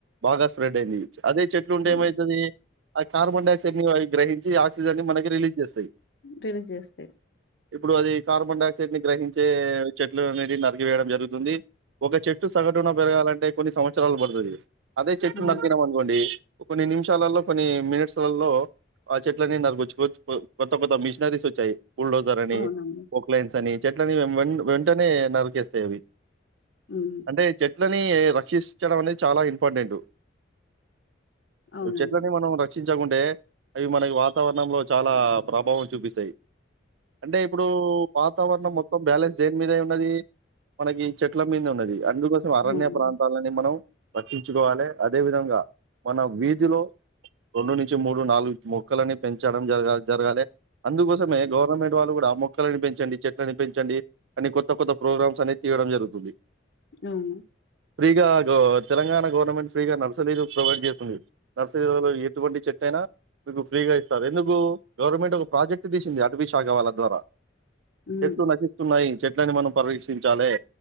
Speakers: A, on the right; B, on the left.
A: బాగా స్ప్రెడ్ ఐంది అదే చెట్లు ఉంటేమైయితది
B: హ్మ్.
A: ఆ కార్బన్ డైయాక్సైడ్ని గ్రహించి ఆక్సిజన్ని మనకి రిలీజ్ జేస్తయ్
B: రిలీజ్ జేస్తే
A: ఇప్పుడు అది కార్బన్ డైయాక్సైడ్ని గ్రహించే చెట్లు అనేటి నరికివేయడం జర్ గుతుంది ఒక చెట్టు సగటున పెరగాలంటే కొన్ని సంవత్సరాలు పడుతది అదే చెట్టు
B: హ్మ్
A: నరికినమనుకోండి కొన్ని నిమిషాలల్లో కొన్ని మినిట్స్లల్లో ఆ చెట్ల ని నరకచ్చు కొత్త కొత్త మిష్నరీష్ ఒచ్చాయి బుల్డోజర్ అని
B: అవునండి
A: పోక్లైన్స్ అని చెట్లని వెంట్-వెంటనే నరికేస్తాయవీ
B: హ్మ్
A: అంటే చెట్లని రక్షింష్ చడం అనేది చాలా ఇంపార్టెంటు
B: అవునండి
A: చెట్లని మనము రక్ష్ రక్షించకుంటే అవి మనకు వాతావరణంలో చాలా ప్రభావం చూపిస్తాయ్ అంటే ఇప్పుడు వాతావరణం మొత్తం బ్యాలెన్స్ దేన్మీదైయున్నది మనకి చెట్ల మీద్నె ఉన్నది అందుకోసం అరణ్య
B: అవును
A: ప్రాంతాలని మనం రక్షించుకోవాలే అదే విధంగా మన వీధిలో రెండు నించి మూడు నాలుగు మొక్కలని పెంచడం జరగా జర్గాలే అందుకోసమే గవర్నమెంట్ వాళ్ళు గూడా అ మొక్కలని పెంచండి చెట్లని పెంచండి అని కొత్త కొత్త ప్రోగ్రామ్స్ అనే తీయడం జరుగుతుంది
B: ఔనా
A: ఫ్రీగా గ్ తెలంగాణ గవర్నమెంట్ ఫ్రీగా నర్సరీలు ప్రొవైడ్ జేస్తుంది నర్సరీలు ఎటువంటి చెట్టే యేన మీకు ఫ్రీగా ఇస్తారు ఎందుకు గవర్నమెంట్ ఒక ప్రాజెక్ట్ దీసింది అటవీ శాఖ వాళ్ళ ద్వారా
B: హ్మ్
A: చెట్లు నశిస్తున్నయి చెట్లని మనం పరిరక్షించాలే